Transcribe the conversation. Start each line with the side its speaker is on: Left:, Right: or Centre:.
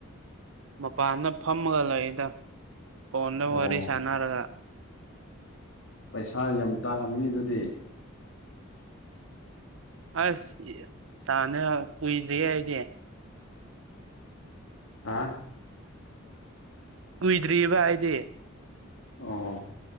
Right: ꯃꯄꯥꯟꯗ ꯐꯝꯃꯒ ꯂꯩꯗ ꯐꯟꯗ
Left: ꯑꯣ
Right: ꯃꯔꯤ ꯁꯅꯔꯒ
Left: ꯁꯥ ꯌꯥꯝ ꯇꯥꯜꯂꯝꯅꯤ ꯑꯗꯨꯗꯤ
Right: ꯑꯁ ꯇꯥꯅꯦ ꯀꯨꯏꯗ꯭ꯔꯤ ꯑꯩꯗꯤ
Left: ꯍꯥ
Right: ꯀꯨꯏꯗ꯭ꯔꯤꯕꯔꯤꯕ ꯍꯥꯏꯗꯤ
Left: ꯑꯣ